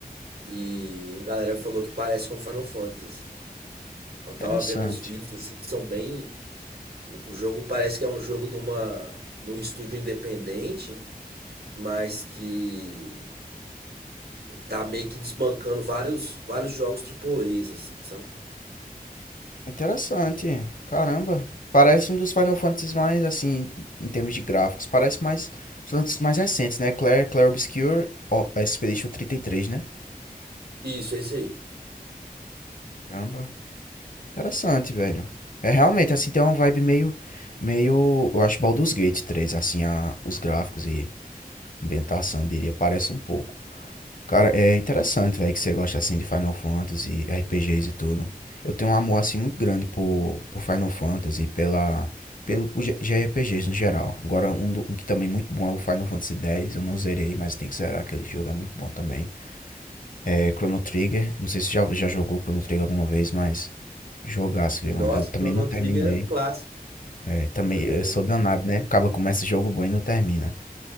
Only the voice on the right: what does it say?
e a galera falou que parece com Final Fantasy. Eu tava
vendo uns vídeos assim, que são bem. O, o jogo parece que é um jogo de uma, de um estúdio independente, mas que tá meio que desbancando vários, vários jogos AAAs, assim, sabe?
Isso, é esse aí.
Nossa,
Chrono
Trigger é um clássico
também.